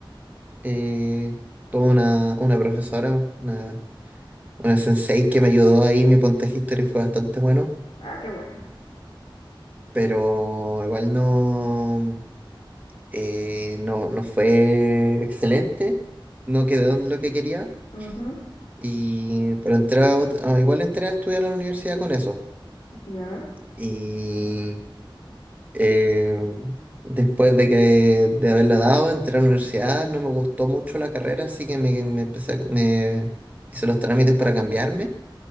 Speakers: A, on the right; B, on the left.
A: eh, tuve una, una profesora, una, una sensei que me ayudó ahí. Mi puntaje de historia fue bastante bueno,
B: Ah, qué bueno.
A: pero igual no, eh, no, no fue excelente. No quedó en lo que quería.
B: Ujú.
A: Y, pero entré a ot- ah, igual entré a estudiar a la universidad con eso.
B: Ya.
A: Y Eh, después de que de haberla dado, entré a la universidad, no me gustó mucho la carrera, así que me, me empecé a- me hice los trámites para cambiarme